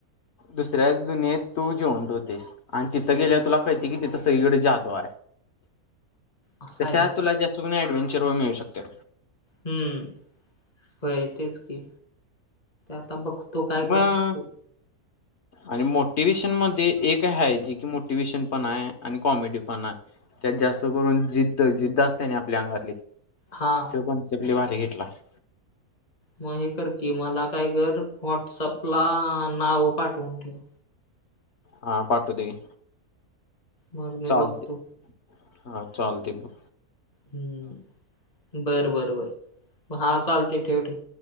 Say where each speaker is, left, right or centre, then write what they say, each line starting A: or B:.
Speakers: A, on the left (about 50°); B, on the left (about 25°).
A: दुसऱ्या दुनियेत तू जिवंत होतयस. आण तिथं गेल्यावर तुला कळतय की तिथं सगळीकडे जादूय.
B: असा
A: तशा
B: आहे व्हय
A: तुला जास्त करून ऍडव्हेंचरवर मिळू शकत्या.
B: हम्म होय तेच की आता बघतो काय
A: मग
B: करतो.
A: आणि मोटिवे्शन मध्ये एक हाय जे कि मोटिवेशन पण हाय आणि कॉमेडी पण हाय. त्यात जास्त करून जिद्द जिद्द असतिया नी आपल्या अंगातली
B: हा
A: त्यो कन्सेप्ट लय भारी घेतलाय.
B: मग हे कर की मला काय कर व्हॉट्सअपला नाव पाठवून ठेव.
A: हा पाठवतो कि
B: मग मी
A: चालतय.
B: बघतो
A: हा चालतय ब
B: हम्म बरं बरं बर हा चालतय ठेव ठेव.